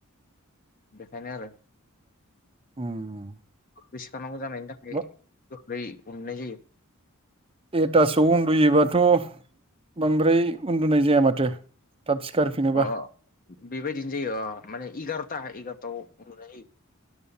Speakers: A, on the left; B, on the right.
A: देखाय नो आरो।
B: उम
A: गोख्रै सिखार नांगौ जानायनि थाखाय
B: बा
A: गोख्रै अननाय जायो।
B: एथासोआव उन्दुयोबाथ' बांद्राय उन्दुनाय जाया माथो थाब सिखारफिनोबा
A: अ बेबायदिनो जायो अ माने एगार'था एगार'थाआव उन्दुनाय जायो